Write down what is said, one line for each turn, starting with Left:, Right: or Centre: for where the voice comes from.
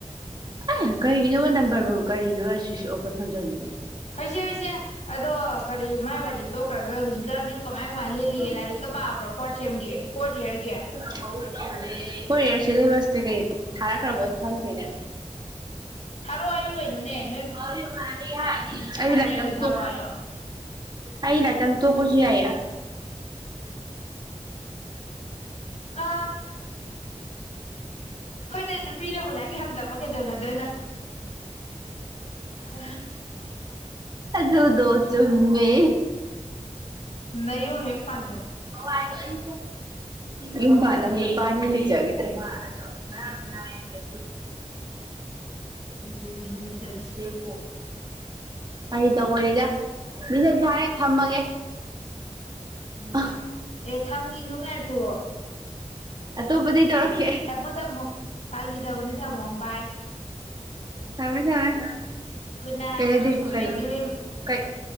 Right: ꯑꯦ ꯀꯔꯤꯒꯤꯅꯣ ꯅꯝꯕꯔꯕꯨꯕꯨ ꯀꯔꯤꯅꯣ ꯁ꯭ꯋꯁ ꯑꯣꯞꯀ ꯊꯝꯖꯕꯗꯦꯅꯦ
Left: ꯍꯣꯏꯁꯦ ꯍꯣꯏꯁꯦ ꯑꯗꯣ ꯀꯔꯤ ꯃꯥꯏ ꯋꯥꯔꯤ ꯇꯣꯛꯈ꯭ꯔꯒ ꯍꯧꯖꯤꯛꯀꯥꯟꯁꯤꯕꯨ ꯀꯃꯥꯏ ꯀꯃꯥꯏ ꯂꯦꯜꯂꯤꯒꯦ
Right: ꯌꯥ
Left: ꯂꯥꯏꯔꯤꯛꯀ ꯄꯥꯕ꯭ꯔꯣ ꯐꯣꯔꯠ ꯁꯦꯝꯒꯤ ꯐꯣꯔꯠ ꯏꯌꯥꯔꯒꯤ
Right: ꯇꯦ ꯀꯣꯔꯤꯌꯔ ꯁꯤꯂꯦꯕꯁꯇ ꯀꯩ ꯊꯥꯔꯛꯈ꯭ꯔꯕꯗꯤ ꯈꯪꯗꯦꯅꯦ
Left: ꯔꯌꯒꯦꯅꯨ ꯅ
Right: ꯑꯩ ꯂꯥꯏꯇ
Left: ꯌꯥꯎꯔꯤꯗꯣ ꯊꯥꯔꯛꯑꯣ
Right: ꯇ
Left: ꯍꯥꯏꯌꯣ
Right: ꯑꯩ ꯂꯥꯏꯇ ꯇ ꯄꯨ ꯌꯥꯏ
Left: ꯑ ꯍꯣꯏꯗ ꯅꯨꯄꯤꯅꯕꯨ ꯂꯥꯏꯔꯤꯛ ꯌꯥꯝꯗꯃ ꯀꯩꯗꯧꯅꯗꯣꯏꯅꯣ ꯑ
Right: ꯑꯗꯨ ꯑꯗꯨꯗꯣ ꯆꯨꯝꯃꯦ
Left: ꯅ ꯑꯃ ꯄꯥꯟ
Right: ꯍꯣꯏꯣ ꯏ ꯍꯣꯏ ꯏꯝꯕꯅꯄꯥꯅꯤ ꯏ ꯂꯤꯆꯒꯗ꯭ꯔꯦ ꯀꯋꯥ ꯃꯆꯅꯦ
Left: ꯂꯨꯔꯤꯅꯤ ꯇꯧꯔꯤꯁꯦ
Right: ꯐꯦ ꯀ ꯇꯧꯕꯅꯤꯗ ꯃꯤꯗ ꯊꯥꯔꯦ ꯊꯝꯃꯒꯦ ꯎꯝ
Left: ꯑꯦ ꯊꯝꯉ ꯅꯨꯡꯉꯥꯏꯈꯣ
Right: ꯑꯇꯣꯞꯄꯗꯩ ꯇꯧꯔꯛꯀꯦ ꯑꯩ
Left: ꯊꯃꯣ ꯊꯃꯣ ꯐꯥꯒꯤꯗꯎꯅꯤ ꯊꯝꯃꯣ ꯕꯥꯏ
Right: ꯊꯃꯦ ꯆꯃꯦ
Left: ꯒꯨꯗ ꯅꯥꯏꯠ
Right: ꯀꯗꯤ
Left: ꯁ꯭ꯋꯤꯠ
Right: ꯀꯅ
Left: ꯗ꯭ꯔꯤꯝ
Right: ꯀꯩ <unintelligible>